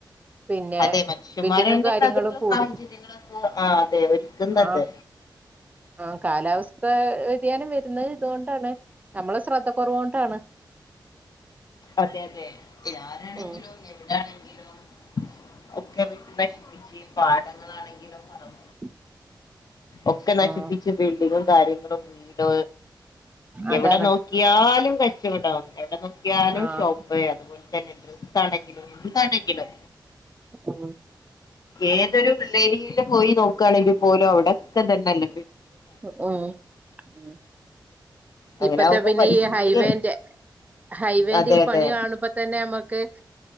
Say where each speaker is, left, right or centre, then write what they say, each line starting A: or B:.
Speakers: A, on the right (about 20°); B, on the left (about 50°).
A: പിന്നെ
B: അതെ മനുഷ്യന്മാരന്ന
A: ബിൽഡിങ്ങും കാര്യങ്ങളും
B: അതിനുള്ള
A: കൂടു
B: സാഹചര്യങ്ങളൊക്കെ ആ അതെ ഒരുക്കുന്നത്
A: ആഹ് ആഹ് കാലാവസ്ഥ വ വ്യതിയാനം വരുന്നത് ഇതുകൊണ്ടാണ് നമ്മളെ ശ്രദ്ധ കുറവ് കൊണ്ടാണ്
B: അതെ അതെ ആരാണെങ്കിലും
A: ഉം
B: എവിടെ ആണെങ്കിലും ഒക്കെ വെട്ടി നശിപ്പിച്ച് പാടങ്ങളാണെങ്കിലും പറമ്പ്
A: <inaudible>
B: ഒക്കെ നശിപ്പിച്ച്
A: ആഹ്
B: ബിൽഡിങ്ങും കാര്യങ്ങളും വീട്
A: അതാണ്
B: എവിടെ നോക്കിയാലും കച്ചവടം എവിടെ നോ ക്കിയാലും
A: ആഹ്
B: ഷോപ്പ് അതുപോലെ തന്നെ ഡ്രസ്സാണെങ്കിലും എന്താണെങ്കിലും
A: ആഹ്
B: ഏതൊരു <unintelligible> പോയി നോക്കുകയാണെങ്കിൽ പോലും അവിടൊക്കെ തന്നെല്ല
A: ഉം ഉം
B: അങ്ങനെ
A: ഇപ്പത്തെ
B: ആകുമ്പോ
A: പിന്നെ
B: പരിസ്ഥിതി
A: ഈ ഹൈവേന്റെ ഹൈവെന്റെ
B: അതെ
A: ഈ
B: അതെ
A: പണി കാണുമ്പോ തന്നെ നമ്മക്ക്